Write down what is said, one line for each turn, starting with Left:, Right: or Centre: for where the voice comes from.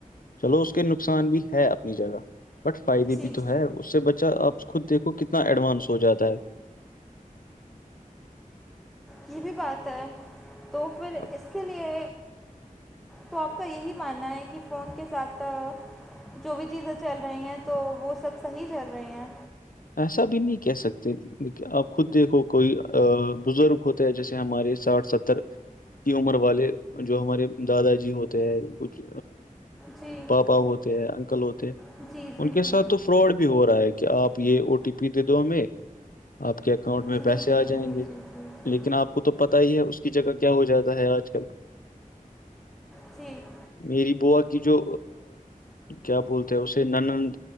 Left: چلو اس کے نقصان بھی ہے اپنی جگہ بٹ فائدے
Centre: جی
Left: بھی تو
Centre: جی
Left: ہے اس سے بچہ آپ خود دیکھو کتنا ایڈوانس ہو جاتا ہے
Centre: یہ بھی بات ہے تو پھر
Left: اب
Centre: اس کے لیے تو آپ کا یہی ماننا ہے کہ فون کے ساتھ جو بھی چیزیں چل رہی ہیں تو وہ سب صحی چل رہی ہیں
Left: ایسا بھی نہیں کہہ سکتے آپ خود دیکھو کوئی بزرگ ہوتے ہیں جیسے ہمارے ساٹھ ستر کی عمر والے جو ہمارے دادا جی ہوتے ہیں کچھ
Centre: جی
Left: پاپا ہوتے ہیں انکل ہوتے
Centre: جی
Left: ان
Centre: جی
Left: کے
Centre: جی
Left: ساتھ تو فراڈ بھی ہو رہا ہے کہ آپ او ٹی پی دے دو ہمیں آپ کے اکاؤنٹ
Centre: جی
Left: میں
Centre: جی
Left: پیسے
Centre: جی
Left: آ جائیں
Centre: جی
Left: گے
Centre: جی جی جی
Left: لیکن آپ کو تو پت ہی ہے اس کی جگہ کیا ہو جاتا ہے آج کل
Centre: پکی <unintelligible>
Left: میری بووا کی جو کیا بولتے ہیں اسے ننند